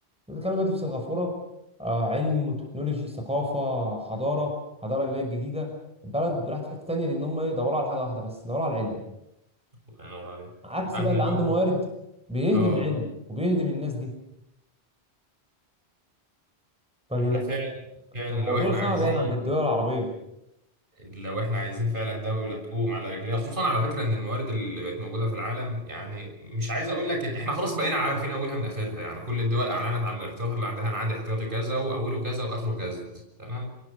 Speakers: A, in the centre; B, on the right.
A: بتتكلم دلوقتي في سنغافورة آه علم وتكنولوجي ثقافة حضارة حضارة اللي هي الجديدة البلد راحت في حتة تانية لأن هم إيه، دوروا على حاجة واحدة بس دوروا على العلم
B: الله ينور عليك
A: عكس
B: يبقى احنا
A: بقى اللي
B: لو
A: عنده موارد بيهدم
B: اه
A: العلم وبيهدم الناس دي
B: احنا فعلا فعلا
A: الموضوع
B: لو احنا
A: صعب
B: عايزين
A: يعني عند الدول العربية
B: لو احنا عايزين فعلا دولة تقوم على رجليها خصوصا على فكرة ان الموارد اللي بقت موجودة في العالم يعني مش عايز اقول لك ان احنا خلاص بقينا عارفين اولها من اخرها يعني كل الدول اعلنت عن الاحتياط اللي عندها انا عندي احتياطي كذا واوله كذا واخره كذا تمام